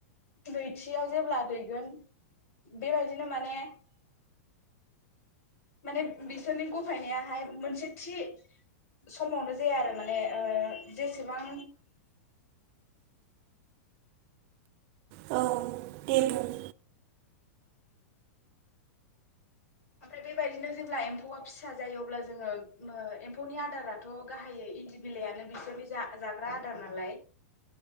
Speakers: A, on the left; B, on the right.
A: नैथियाव जेब्ला दैगोन बेबायदिनो माने माने बिसोरनि गफायनायाहाय मोनसे थि समावनो जाया आरो माने ओ जेसेबां
B: औ दे बुं औ
A: ओमफ्राय बेबायदिनो जेब्ला एम्फौआ फिसा जायो अब्ला जोङो ओ एम्फौनि आदाराथ' गाहायो इन्दि बिलाइानो बिसोरनि जा जाग्रा आदार नालाय